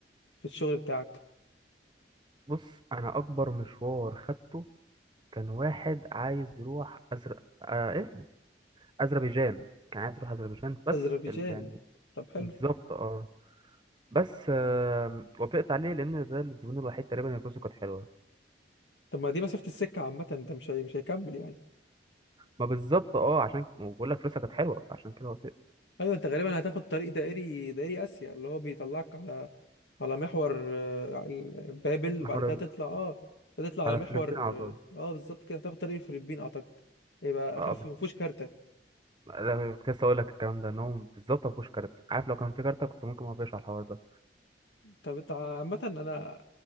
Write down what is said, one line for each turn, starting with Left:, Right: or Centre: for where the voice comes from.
Left: في الشغل بتاعك
Right: بص انا اكبر مشوار خدته كان واحد عايز يروح أزر... آه ايه اذربيجان كان عايز يروح اذربيجان بس
Left: اذربيجان
Right: ال- يعني
Left: طب حلو
Right: بالظبط اه بس آم، وافقت عليه لان ده الزبون الوحيد تقريبا اللي فلوسه كانت حلوه
Left: طب ما دي مسافة السكة عامة ده مش هي- مش هيكمل يعني
Right: ما بالظبط اه عشان بقول لك فلوسها كانت حلوه فعشان كده وافقت
Left: ايوه انت غالبا هتاخد طريق دائري دائري اسيا اللي هو بيطلعك على على محور آه، ال- بابل
Right: محور
Left: بعد كده تطلع اه تطلع على
Right: على
Left: محور
Right: فلبين على طول
Left: اه آه، بالظبط كده تاخد طريق الفلبين اعتقد يبقى
Right: اه
Left: اخف
Right: بالظبط
Left: ومفهوش كارتة
Right: لا كنت لسه اقول لك الكلام ده ان هو بالظبط ما فيهوش كارت عارف لو كان في كارت كنت ممكن ما اقفش على الحوار ده
Left: طب انت عامة انا